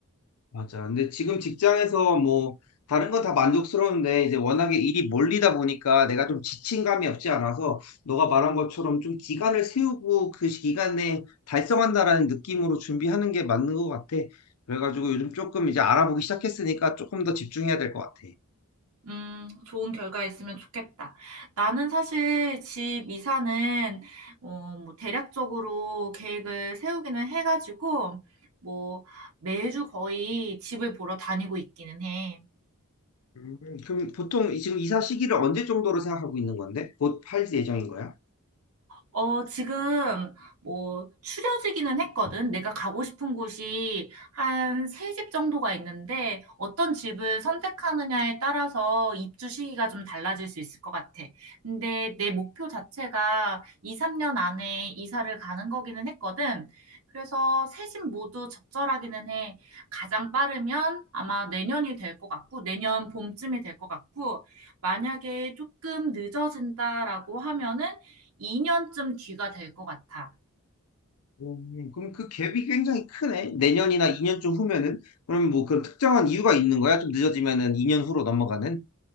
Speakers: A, on the left; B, on the right.
A: 맞아. 근데 지금 직장에서 뭐 다른 건 다 만족스러운데 이제 워낙에 일이 몰리다 보니까 내가 좀 지친 감이 없지 않아서 너가 말한 것처럼 좀 기간을 세우고 그 기간에 달성한다라는 느낌으로 준비하는 게 맞는 것 같아. 그래가지고 요즘 조금 이제 알아보기 시작했으니까 조금 더 집중해야 될 것 같아.
B: 음, 좋은 결과 있으면 좋겠다. 나는 사실 집 이사는, 어, 뭐, 대략적으로 계획을 세우기는 해가지고, 뭐, 매주 거의 집을 보러 다니고 있기는 해.
A: 음, 그럼 보통 지금 이사 시기를 언제 정도로 생각하고 있는 건데? 곧 팔 예정인 거야?
B: 어, 지금 뭐 추려지기는 했거든. 내가 가고 싶은 곳이 한 세 집 정도가 있는데 어떤 집을 선택하느냐에 따라서 입주 시기가 좀 달라질 수 있을 것 같아. 근데 내 목표 자체가 2, 3년 안에 이사를 가는 거기는 했거든. 그래서 세 집 모두 적절하기는 해. 가장 빠르면 아마 내년이 될 것 같고 내년 봄쯤이 될 것 같고 만약에 조금 늦어진다라고 하면은 2년쯤 뒤가 될 것 같아.
A: 음, 그럼 그 갭이 굉장히 크네. 내년이나 2년쯤 후면은 그럼 뭐 그런 특정한 이유가 있는 거야? 좀 늦어지면은 2년 후로 넘어가는?